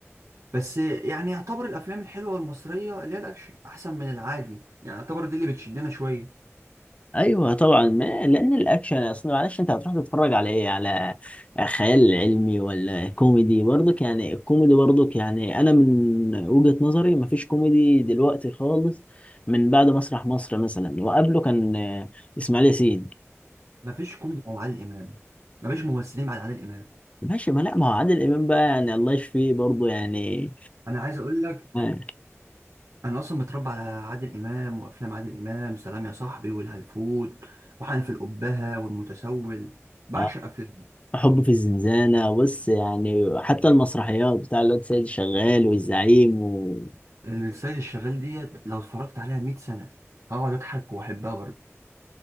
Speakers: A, on the right; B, on the left.
A: بس يعني يعتبر الافلام الحلوه المصريه اللي هي الاكشن احسن من العادي يعني يعتبر دي اللي بتشدنا شويه
B: ايوه طبعا ما لان الاكشن اصل معلش انت هتروح تتفرج على ايه على خيال علمي ولا كوميدي برضك يعني الكوميدي برضك يعني انا من وجهة نظري مفيش كوميدي دلوقتي خالص من بعد مسرح مصر مثلا وقبله كان آه، اسماعيل ياسين
A: مفيش كوميدي على عادل امام مفيش ممثلين بعد عادل امام
B: ماشي ما لا ما هو عادل امام بقى يعني الله يشفيه برضه يعني
A: انا عايز اقول لك
B: آه،
A: انا اصلا متربى على عادل امام وافلام عادل امام سلام يا صاحبي والهلفوت وحنف القبهه والمتسول بعشق
B: آه،
A: افلام
B: حب في الزنزانة بص يعني حتى المسرحيات بتاع الواد سيد شغال والزعيم و...
A: السيد الشغال ديت لو اتفرجت عليها 100 سنه هقعد اضحك واحبها برضه